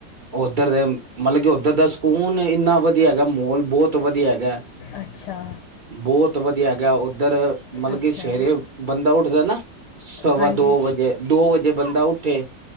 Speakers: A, on the right (about 30°); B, on the left (about 75°).
A: ਉੱਧਰ ਦੇ ਮਤਲਬ ਕਿ ਉੱਧਰ ਦਾ ਸਕੂਨ ਇੰਨਾ ਵਧੀਆ ਹੈਗਾ ਮੋਲ ਬੋਤ ਵਧੀਆ ਹੈਗਾ।
B: ਅੱਛਾ
A: ਬੋਤ ਵਧੀਆ ਹੈਗਾ ਉੱਧਰ ਮਤਲਬ
B: ਅੱਛਾ
A: ਕਿ ਸਵੇਰੇ ਬੰਦਾ ਉੱਠਦਾ ਏ ਨਾ ਸਵਾ
B: ਹਾਂਜੀ
A: ਦੋ ਵਜੇ ਦੋ ਵਜੇ ਬੰਦਾ ਉੱਠੇ